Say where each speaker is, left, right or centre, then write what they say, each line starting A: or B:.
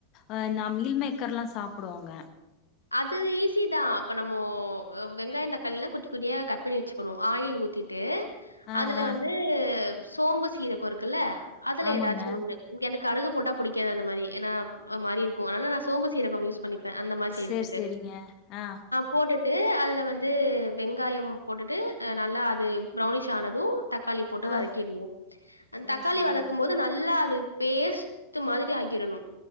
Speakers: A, on the left; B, on the left.
A: ஆ நா மீல் மேக்கர்லா சாப்டுவோங்க
B: அது ஈஸிதா இப்போ நம்மோ வெங்காயோ தக்காளில்லா குட்டி குட்டியா கட் பண்ணி வச்சு குனு ஆயில் ஊத்திட்டு
A: ஆ
B: அதுல
A: ஆ
B: வந்து சோம்பு சீரகோ இருக்குல்ல அதுல
A: ஆமாங்க
B: ஏதாச்சு ஒன்னு இங்க அந்த கடுகு போட்டா புடிக்காது அந்த மாரி ஏனா ஒரு மாரி இருக்கு அனால நா சோம்பு சீரகோ யூஸ் பண்ணிப்ப அந்த மாரி செய்ற
A: சேரி சேரிங்க ஆ
B: போட்டுட்டு அதுல வந்து வெங்காயம் போட்டுட்டு அ நல்லா அது ப்ரௌனிஷ் ஆனது தக்காளி போட்டு
A: ஆ
B: வதக்கிட்னு அந்த
A: ஓ
B: தக்காளி
A: சேரிங்க
B: வதக்கும் போது நல்லா அது பேஸ்ட்டு மாதிரி ஆக்கிறணு